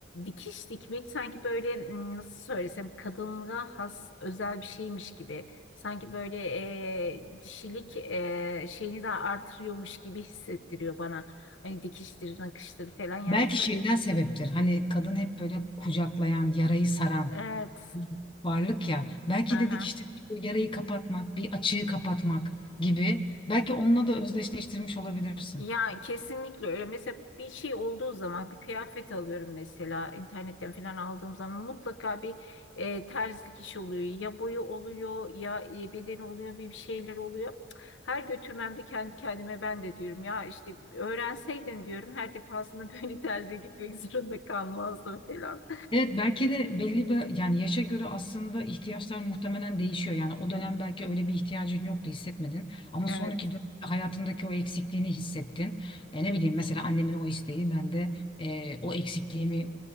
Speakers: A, on the left (about 80°); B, on the left (about 25°).
A: dikiş dikmek sanki böyle m, nasıl söylesem kadınlığa has özel bir şeymiş gibi. Sanki böyle e, dişilik e, şeyini de artırıyormuş gibi hissettiriyor bana. Hani dikiştir, nakıştır falan. Yani
B: Belki
A: kad-
B: şeyden sebeptir. Hani kadın hep böyle kucaklayan, yarayı saran.
A: evet.
B: varlık ya. Belki
A: Aha.
B: de dikişte bir yarayı kapatmak, bir açığı kapatmak gibi. Belki onunla da özdeşleştirmiş olabilirsin.
A: Ya kesinlikle öyle. Mesela bir şey olduğu zaman bir kıyafet alıyorum mesela internetten falan aldığım zaman mutlaka bir e, terzilik işi oluyor. Ya boyu oluyor ya e, bedeni oluyor bir bir şeyler oluyor. Cık, Her götürmemde kendi kendime ben de diyorum ya işte öğrenseydin diyorum her defasında <laughs> böyle terziye gitmek zorunda kalmazdım falan.
B: Evet belki de belli bir yani yaşa göre aslında ihtiyaçlar muhtemelen değişiyor. Yani o dönem belki öyle bir ihtiyacın yoktu hissetmedin ama
A: Evet.
B: sonraki dönem hayatındaki o eksikliğini hissettin. E, ne bileyim mesela annemin o isteği ben de e, o eksikliğimi